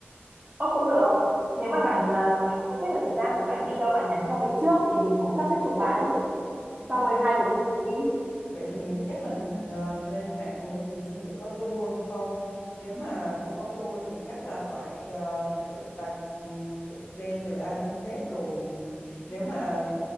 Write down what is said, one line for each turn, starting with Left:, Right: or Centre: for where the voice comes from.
Right: Ơ cũng được. Nếu
Left: ừ
Right: mà bạn à, bạn không xếp được thời gian thì bạn đi đâu bạn nhắn cho mình trước thì mình cũng sắp xếp cùng bạn ấy.
Left: ok
Right: Xong rồi hai đứa mình cùng đi.
Left: Vậy thì mình- chắc là mình ờ, lên mạng mình tìm xem tự có tour không. Nếu mà không có tour thì chắc là phải ờ, phải tự đặt ừm, tự plan từ A đến Z rồi. Thì nếu mà